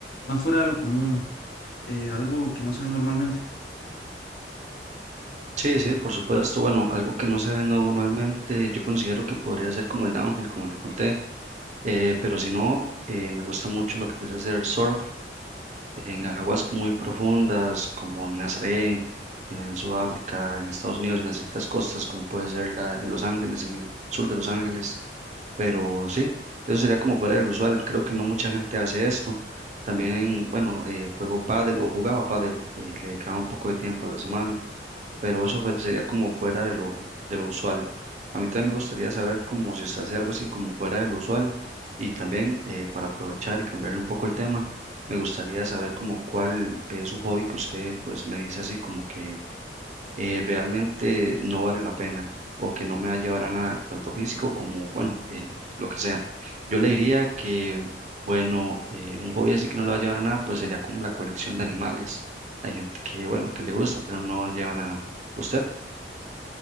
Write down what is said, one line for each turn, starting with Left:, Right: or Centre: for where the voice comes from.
Left: más fuera de lo común, eh, algo que no se ve normalmente.
Right: Sí, sí, por supuesto. Bueno, algo que no se ve normalmente, yo considero que podría ser como el downhill, como le conté, eh, pero si no, eh, me gusta mucho lo que es hacer surf en aguas muy profundas, como en Nazaret, en Sudáfrica, en Estados Unidos, en ciertas costas, como puede ser la- Los Ángeles, en el sur de Los Ángeles. Pero sí, eso sería como fuera del usual. Creo que no mucha gente hace esto. También, bueno, eh, juego pádel o jugaba pádel, eh, le dedicaba un poco de tiempo a la semana, pero eso fue- sería como fuera de lo, de lo usual. A mí también me gustaría saber como si usted hace algo así como fuera de lo usual y también eh, para aprovechar y cambiarle un poco el tema, me gustaría saber como cuál es un hobby que usted pues me dice así como que eh, realmente no vale la pena o que no me va a llevar a nada, tanto físico como, bueno, eh, lo que sea. Yo le diría que, bueno, eh, un hobby así que no le va a llevar a nada, pues sería como la colección de animales. Hay gente que, bueno, que le gusta, pero no lleva nada. ¿Usted?